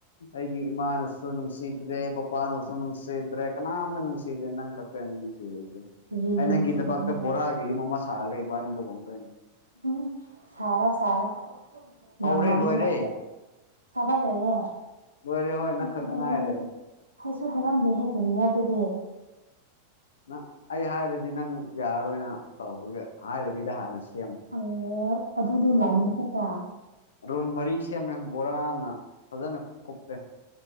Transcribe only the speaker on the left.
ꯑꯩꯗꯤ ꯏꯃꯥꯅꯁꯨ ꯅꯨꯡꯁꯤꯗ꯭ꯔꯦ ꯄꯄꯥꯅꯁꯨ ꯅꯨꯡꯁꯤꯗ꯭ꯔꯦ ꯀꯅꯥꯝꯅ ꯅꯨꯡꯁꯤꯗ꯭ꯔꯦ ꯅꯪ ꯈꯛ <unintelligible>
ꯑꯩ ꯅꯪꯒꯤꯗꯃꯛꯇ
ꯕꯣꯔꯥꯒꯤ ꯌꯨꯝ ꯑꯃ ꯁꯥꯔꯒ ꯏꯕꯥꯅꯤ ꯂꯨꯍꯣꯡꯗꯣꯏꯅꯤ
ꯍꯧꯔꯦ
ꯂꯣꯏꯔꯦ
ꯂꯣꯏꯔꯦ ꯍꯣꯏ
ꯅꯪ ꯈꯛꯇ
ꯉꯥꯏꯔꯦ
ꯅ ꯑꯩ ꯍꯥꯏꯔꯗꯤ ꯅꯪ ꯌꯥꯔꯔꯣꯏꯅ ꯇꯧꯕꯒꯤ ꯍꯥꯏꯔꯕꯤꯗ ꯍꯥꯟꯅꯁꯨ
ꯔꯨꯝ ꯃꯔꯤ ꯁꯦꯝꯃꯦ ꯕꯣꯔꯥꯅ ꯐꯖꯅ ꯀꯨꯞꯄꯦ